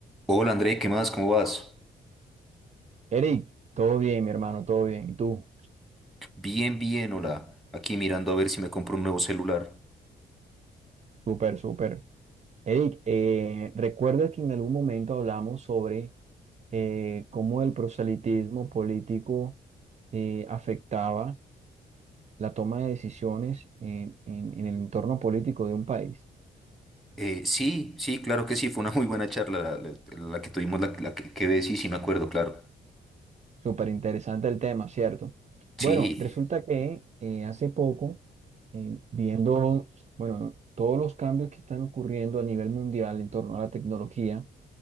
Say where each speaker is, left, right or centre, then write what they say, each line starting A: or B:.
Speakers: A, in the centre; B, on the right.
A: Hola André, ¿qué más? ¿Cómo vas?
B: Eric, todo bien, mi hermano, todo bien. ¿Y tú?
A: Bien, bien, hola. Aquí mirando a ver si me compro un nuevo celular.
B: Súper, súper. Eric, eh, ¿recuerdas que en algún momento hablamos sobre eh, cómo el proselitismo político eh, afectaba la toma de decisiones en, en- en el entorno político de un país?
A: Eh, sí, sí, claro que sí, fue una muy buena charla la, la- la que tuvimos, la, la que, que ves, sí, sí me acuerdo, claro.
B: Súper interesante el tema, ¿cierto?
A: Sí,
B: Bueno, resulta que eh, hace poco, eh, viendo, bueno, todos los cambios que están ocurriendo a nivel mundial en torno a la tecnología,